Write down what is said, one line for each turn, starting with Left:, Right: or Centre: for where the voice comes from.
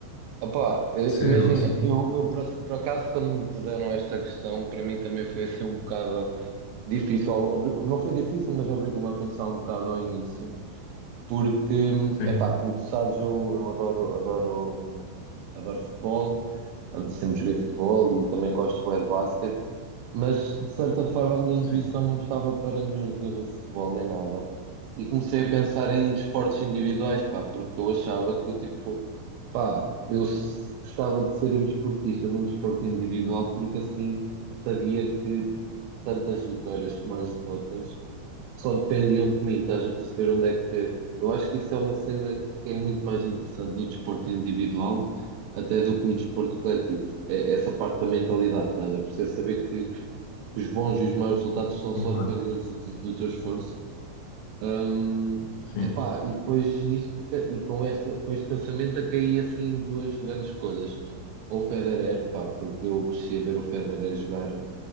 Right: Opa, eh,
Left: ser,
Right: imagina,
Left: ou assim?
Right: eu, eu por, por acaso quando me puseram esta questão, para mim também foi assim um bocado difícil, obri- não foi difícil, mas obrigou-me a pensar um bocado ao início porque,
Left: Sim,
Right: epá, como tu sabes, eu, eu adoro, adoro, adoro futebol, sempre joguei futebol e também gosto bem de basquete, mas de certa forma a minha
Left: sim,
Right: intuição não estava para nenhum jogador de futebol nem nada. E comecei a pensar em desportos individuais, pá, porque eu achava que, tipo, pá, eu s- gostava de ser um desportista num desporto individual, porque assim sabia que tantas vitórias como as derrotas só dependiam de mim, estás a perceber onde é que. Eu acho que isso é uma cena que é muito mais interessante no desporto individual até do que no desporto coletivo. É essa parte da mentalidade, estás a perceber? Saber que, que os bons e os maus resultados são
Left: sim,
Right: só
Left: claro,
Right: dependentes de- do teu esforço. Hum,
Left: sim.
Right: epá, e depois nisto, e com, esta, com este pensamento, eu caí assim em duas grandes escolhas. Ou o Federer, pá, porque eu cresci a ver o Federer jogar